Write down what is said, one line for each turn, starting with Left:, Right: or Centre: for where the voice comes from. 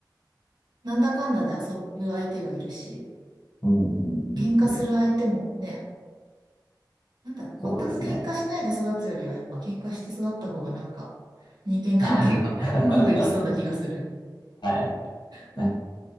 Right: なんだかんだで遊ぶ相手がいるし、
Left: うん、うん。
Right: うん、喧嘩する相手もね、
Left: うん
Right: なんだろう、
Left: そうですね。
Right: 全く喧嘩しないで育つよりは、やっぱ喧嘩して育った方がなんか、人間関係が
Left: <laughs> は
Right: <laughs> うまくいきそうな気がする。
Left: い。
Right: うん
Left: なん